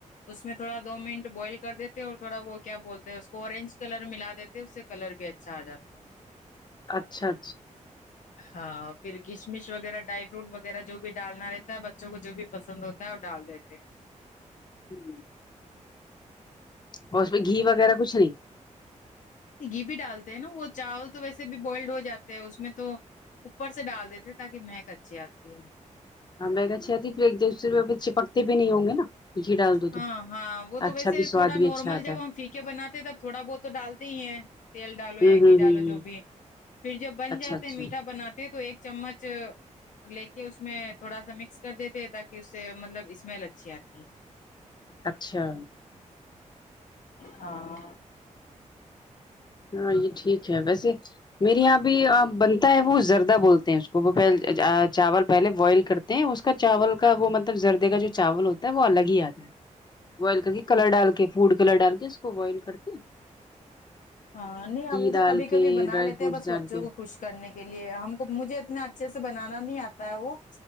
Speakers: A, on the left; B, on the left.
A: اس میں تھوڑا دو منٹ بوائل کر دیتے اور تھوڑا وہ کیا بولتے ہیں اس کو اوررینج کلر ملا دیتے ہیں اس سے کلر بھی اچھا آ جاتا ہے
B: اچھا اچھا
A: ہاں پھر کشمش وغیرہ ڈرائی فروٹ وغیرہ جو بھی ڈالنا رہتا ہے بچوں کو جو بھی پسند ہوتا ڈال دیتے ہیں
B: ہمم اور اس میں گھی وغیرہ کچھ نہیں
A: گھی بھی ڈالتے ہیں نا وہ چاول تو ویسے بھی بوائلڈ ہو جاتے ہے اس میں تو اوپر سے ڈال دیتی ہوں تاکی مہک اچھی آتی ہے
B: ہاں مہک اچھی آتی پھر ایک دسرے پے چپکتے بھی نہیں ہوں گے نا گھی ڈال دو
A: ہاں
B: تو
A: ہاں وہ تو
B: اچھا
A: ویسے
B: بھی سواد
A: تھوڑا
B: بھی
A: نارمل
B: اچھا آتا
A: جب
B: ہے
A: ہم فی کے بناتے تب تھوڑا بہت تو ڈالتے ہی ہیں تیل ڈالو
B: ہوں
A: یا
B: ہوں
A: گھی
B: ہوں
A: ڈالو جو
B: ہ
A: بھی پھر جب بن
B: اچھا
A: جاتے
B: اچھا
A: میٹھا بناتے تو ایک چمچ لے کے اس میں تھوڑا سا مکس کر دیتے تاکی اس سے مطلب اسمیل اچھی آتی ہے
B: اچھا
A: ہاں
B: ہاں یے ٹھیک ہے ویسے میرے یہاں بھی آپ بن تا ہے وہ زردہ بولتے ہیں اس کو وہ پہل چاول پہلے بوائل کرتے ہیں اس کا چاول کا وہ مطلب زردے کا جو چاول ہوتا ہے وہ الگ ہی آتا ہے بوائل کر کے کلر ڈال کے فوڈ کلر ڈال کے اس کو بوائل کرتے ہیں
A: ہاں نہیں ہم
B: ڈال
A: تو کبھی
B: کے
A: کبھی بنا
B: ڈرائی
A: لیتے
B: فروٹس
A: ہیں بس
B: ڈال
A: بچوں
B: کے
A: کو خوش کرنے کے لیے ہم کو مجھے اتنا اچھے سے بنانا نہیں آتا ہے وہ